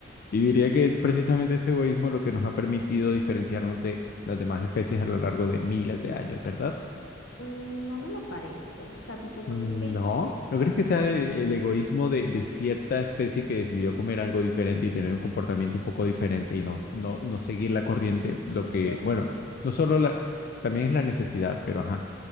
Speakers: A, on the left; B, on the left.
A: Y diría que precisamente este egoísmo es lo que nos ha permitido diferenciarnos de las demás especies a lo largo de miles de años, ¿verdad?
B: Mm, No me lo parece. O sea, tipo, porque
A: No,
B: es que,
A: ¿no crees que sea el, el egoísmo de, de cierta especie que decidió comer algo diferente y tener un comportamiento un poco diferente y no, no, no seguir la corriente? Lo
B: es
A: que,
B: que,
A: bueno, no solo la, también es la necesidad, pero ajá.